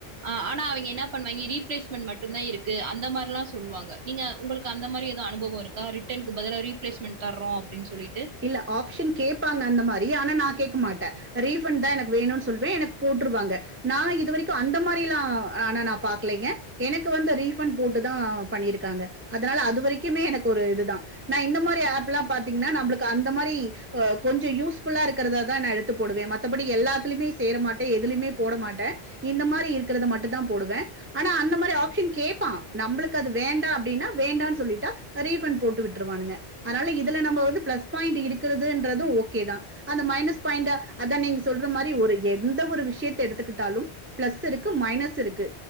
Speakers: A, on the right (about 80°); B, on the right (about 15°).
A: ஆ ஆனா அவங்க என்ன பண்ணுவாங்க ரீப்பிளேஸ்மன்ட் மட்டுந்தா இருக்கு அந்த மாரில்லா சொல்வாங்க நீங்க உங்களுக்கு அந்த மாரி எதும் அனுபவம் இருக்கா ரிட்டன்க்கு பதிலா ரீப்பிளேஸ்மண்ட் தர்ரோ அப்டின் சொல்லிட்டு
B: இல்ல ஆப்ஷன் கேப்பாங்க அந்த மாரி ஆனா நா கேக்க மாட்ட ரீஃபண்ட் தா எனக்கு வேணுன் சொல்வ எனக்கு போட்ருவாங்க நா இது வரைக்கு அந்த மாரில்லா ஆனா நா பாக்கலங்க எனக்கு வந்து ரீஃபண்ட் போட்டு தா பண்ணிருக்காங்க அதனால அது வரைக்குமே எனக்கு ஒரு இதுதா நா இந்த மாரி ஆப்ல்லா பாத்தீங்கன்னா நம்பளுக் கு அந்த மாரி ஒ கொஞ்சோ யூஸ்ஃபுல்லா இருக்கிறததா நா எடுத்து போடுவ மத்தபடி எல்லாத்திலுமே சேர மாட்ட எதுலயுமே போட மாட்ட இந்த மாரி இருக்கறத மட்டுதா போடுவ ஆனா அந்த மாரி ஆப்ஷன் கேப் பான் நம்பளுக்கு அது வேண்டா அப்டின்னா வேண்டான் சொல்லிட்டா ரீஃபண்ட் போட்டு விட்டுருவானுங்க அதனால இதுல நம்ம வந்து பிளஸ் பாயிண்ட் இருக்கறதுன்றது ஓகே தா அந்த மைனஸ் பாயிண்ட அத நீங்க சொல்ற மாரி ஒரு எந்த ஒரு விஷியத்த எடுத்துக்கிட்டாலும் பிளஸ் இருக்கு மைனஸ் இருக்கு